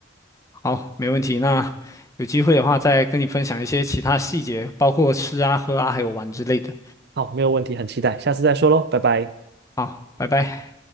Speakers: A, on the left; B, on the right.
A: 好，没问题。那有机会的话再跟你分享一些其他细节，包括吃啊、喝啊，还有玩之类的。
B: 好，没有问题，很期待。下次再说喽，拜拜。
A: 好，拜拜。